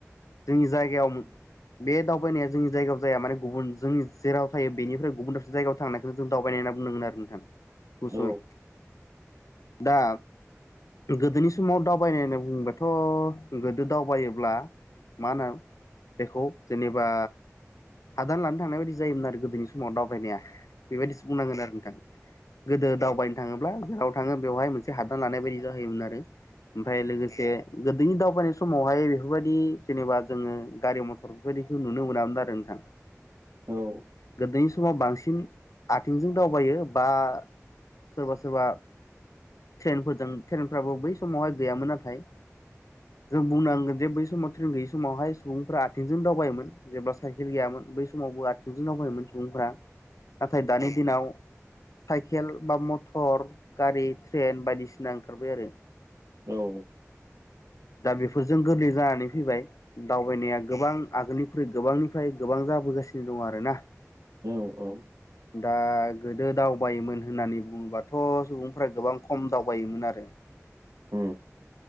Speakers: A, on the left; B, on the right.
A: जोंनि जायगायाव बे दावबायनाया जोंनि जायगायाव जाया माने गुबुन जोंनि जेराव थायो बेनिफ्राय गुबुन दाबसे जायगायाव थांनायखौनो जों दावबायनाय होनना बुंनांगोन आरो नोंथां गुसुङै
B: औ
A: दा गोदोनि समाव दावबायनाय होनना बुङोबाथ' गोदो दावबायोब्ला मा होनो बेखौ जेनेबा हादान लानो थांनाय बायदि जायोमोन आरो गोदोनि समाव दावबायनाया बेबायदिसो बुंनांगोन आरो नोंथां गोदो दावबायनो थाङोब्ला जेराव थाङो बेवहाय मोनसे हादान लानाय बायदि जाहैयोमोन आरो ओमफ्राय लोगोसे गोदोनि दावबायनाय समावहाय बेफोरबायदि जेनेबा जोङो गारि मथर बेफोरबायदिखौ नुनो मोनामोन आरो नोंथां
B: औ
A: गोदोनि समाव बांसिन आथिंजों दावबायो बा सोरबा सोरबा ट्रेनफोरजों ट्रेनफ्राबो बै समावहाय गैयामोन नाथाय जों बुंनांगोन जे बै समाव ट्रेन गैयै समावहाय सुबुंफ्रा आथिंजों दावबायोमोन जेब्ला साइकेल गैयामोन बै समावबो आथिंजों दावबायोमोन सुबुंफ्रा नाथाय दानि दिनाव साइकेल बा मथर गारि ट्रेन बायदिसिना ओंखारबाय आरो
B: औ
A: दा बेफोरजों गोरलै जानानै फैबाय दावबायनाया गोबां आगोलनिख्रुइ गोबांनिफ्राय गोबां जाबोगासिनो दं आरोना
B: औ औ
A: दा गोदो दावबायोमोन होननानै बुङोबाथ' सुबुंफ्रा गोबां खम दावबायोमोन आरो
B: औ